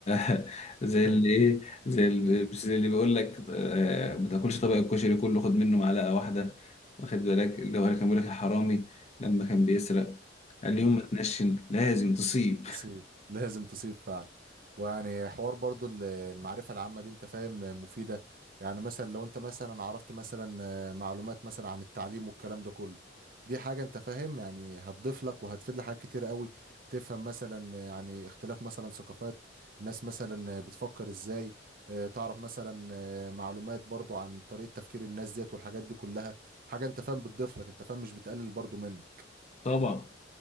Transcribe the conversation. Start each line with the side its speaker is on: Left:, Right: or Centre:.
Left: <laughs> زي
Right: <laughs>
Left: اللي ايه زي اللي
Right: مم.
Left: مش زي اللي بيقول لك آه، ما تاكلش طبق الكشري كله خد منه معلقه واحده واخد بالك اللي هو اللي كان بيقول لك الحرامي لما كان
Right: مم.
Left: بيسرق قال لي
Right: مم.
Left: يوم ما تنشن لازم تصيب
Right: تصيب لازم تصيب فعلا ويعني حوار برضو ال- المعرفة العامة دي انت فاهم مفيدة يعني مثلا لو انت مثلا عرفت مثلا آه، معلومات مثلا عن التعليم والكلام ده كله دي حاجة انت فاهم يعني هتضيف لك وهتفيد لحاجات كتير قوي تفهم مثلا آه، يعني اختلاف مثلا ثقافات الناس مثلا آه، بتفكر ازاي آه، تعرف مثلا آه، معلومات برضو عن طريقة تفكير الناس ديت والحاجات دي كلها حاجة انت فاهم بتضيف لك انت فاهم مش بتقلل برضو منك
Left: طبعا